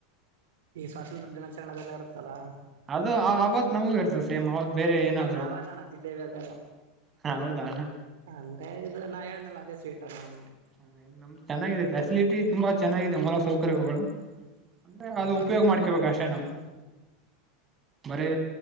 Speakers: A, on the right; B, on the right.
A: ಈ ಸ್ವಾತಂತ್ರ ದಿನಾಚರಣೆದೆಲ್ಲ ಇರುತ್ತಲ್ಲಾ
B: ಅದು ಆ ಆಬತ್ ನಮಗು ಇರ್ತದೆ ್ ಅವದ್ ಬೇರೆ ಏನಾದ್ರು
A: ನಮ್ಗೆ ಅವಾಗಣ ಜಿಲೇಬಿ ಅದೆಲ್ಲ
B: ಹ ಹೌದಾ
A: ಅಂದ್ರೆ ಇದು ನಾ ಹೇಳನೆಲ್ಲ ಅದೇ ಸ್ವೀಟ್ ಅಲ್ಲ ನಮ್ಗೆ
B: ಹ ನಮ ಚೆನ್ನಾಗಿದೆ ಫ್ಯಾಸಿಲಿಟಿ ತುಂಬಾ ಚೆನ್ನಾಗಿದೆ ಮೂಲ ಸೌಕರ್ಯಗಳು ಅಂದ್ರೆ
A: ಹಾ
B: ಅದು ಉಪಯೋಗ ಮಾಡ್ಕೊಬೇಕು ಅಷ್ಟೇ ನಾವು ಬರೀ